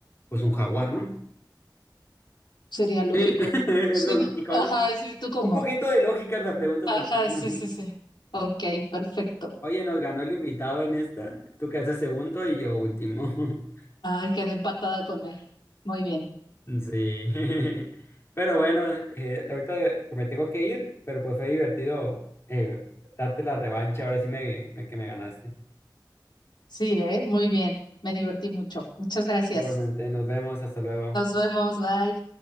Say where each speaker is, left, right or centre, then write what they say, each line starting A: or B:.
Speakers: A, on the left; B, on the left.
A: Pues un jaguar, ¿no?
B: sería lógico,
A: Sí, <laughs> es
B: ¿no? Sí,
A: lo lógico,
B: ajá,
A: ¿no?
B: sí, tú como.
A: Un poquito de lógica en las preguntas
B: Ajá,
A: también,
B: sí,
A: ¿no?
B: sí, sí. Ok, perfecto.
A: Oye, nos ganó el invitado en esta. Tú quedaste segundo y yo último. <laughs>
B: Ay, quedé empatada con él. Muy bien.
A: Sí. <laughs> Pero bueno, eh, ahorita me tengo que ir, pero pues fue divertido eh, darte la revancha. Ahora sí me, me- que me ganaste.
B: Sí, ¿eh? Muy bien. Me divertí mucho. Muchas gracias.
A: Igualmente, nos vemos, hasta luego.
B: Nos vemos, bye.